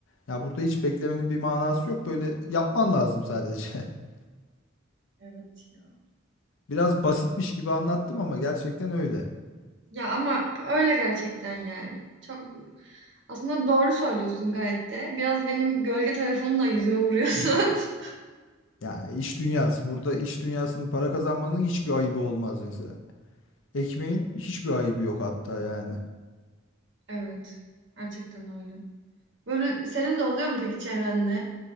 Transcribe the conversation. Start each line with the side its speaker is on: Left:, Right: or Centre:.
Left: Ya burada hiç beklemenin bir manası yok. Böyle yapman lazım sadece. <laughs>
Right: Evet ya.
Left: Biraz basitmiş gibi anlattım ama gerçekten öyle.
Right: Ya ama öyle gerçekten yani. Çok aslında doğru söylüyorsun gayet de. Biraz benim gölge tarafımı da yüzüme vuruyorsun. <laughs>
Left: Ya iş dünyası. Burada iş dünyasının para kazanmanın hiçbir ayıbı olmaz mesela. Ekmeğin hiçbir ayıbı yok hatta yani.
Right: Evet, gerçekten öyle. Böyle senin de oluyor mu peki çevrende?